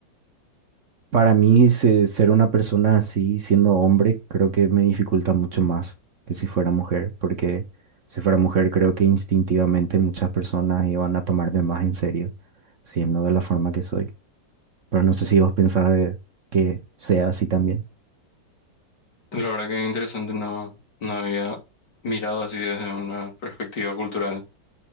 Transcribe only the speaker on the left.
La verdad que es interesante, no, no había mirado así desde una perspectiva cultural,